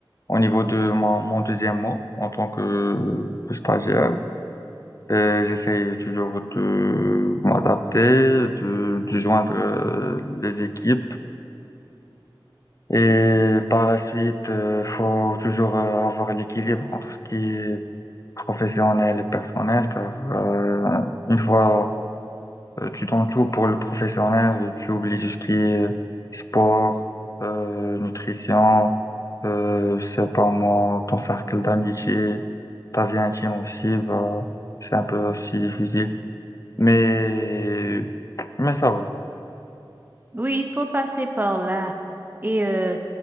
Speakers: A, on the left; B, on the right.
A: au niveau de mon, mon deuxième mois en tant que, que stagiaire. Et J'essaie toujours de m'adapter, de, de joindre euh, les équipes. Et par la suite, il faut toujours euh, avoir l'équilibre entre ce qui est professionnel et personnel, car euh, une fois euh, tu donnes tout pour le professionnel, tu oublies tout ce qui est sport, euh, nutrition, euh, je sais pas moi, ton cercle d'amitié, ta vie intime aussi, bah, c'est un peu aussi difficile. Mais, mais ça va. <laughs>
B: <laughs> Oui, il faut passer par là. Et euh,